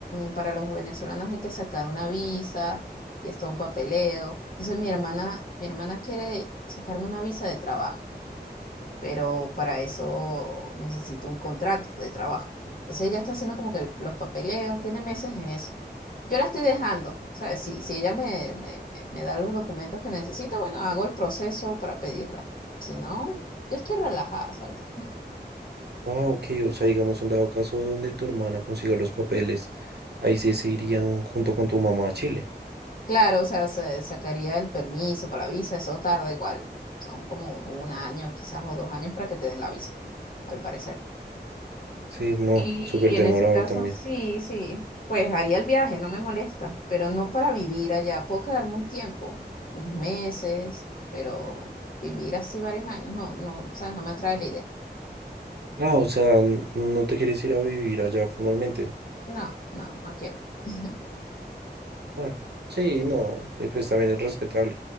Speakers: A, on the left; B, on the right.
A: Para los venezolanos hay que sacar una visa y es todo un papeleo. Entonces mi hermana, mi hermana quiere sacarme una visa de trabajo. pero para eso necesito un contrato de trabajo. Entonces ella está haciendo como que el- los papeleos, tiene meses en eso. Yo la estoy dejando, ¿sabes? Si, si ella me, me, me- me da los documentos que necesito, bueno, hago el proceso para pedirla. Si no, yo estoy relajada, ¿sabes?
B: Ah, ok, o sea, digamos, en dado caso donde tu hermana consiga los papeles, ahí sí se irían junto con tu mamá a Chile.
A: Claro, o sea, se- sacaría el permiso para la visa, eso tarda igual. Son como un año, quizás, o dos años para que te den la visa, al parecer.
B: Sí, no,
A: Y
B: súper
A: en
B: demorado
A: ese caso,
B: también.
A: sí, sí, pues haría el viaje, no me molesta, pero no para vivir allá. Puedo quedarme un tiempo, unos meses, pero vivir así varios años, no, no, o sea, no me atrae la idea.
B: Ah, o sea, n- no te quieres ir a vivir allá formalmente.
A: No, no, no quiero. <laughs>
B: Bueno, sí, no, y pues también es respetable.